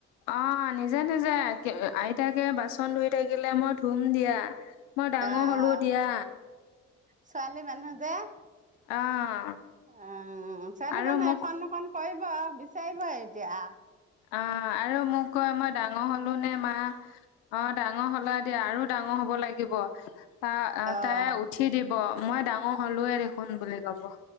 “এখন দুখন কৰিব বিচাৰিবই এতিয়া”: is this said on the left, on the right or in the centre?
Right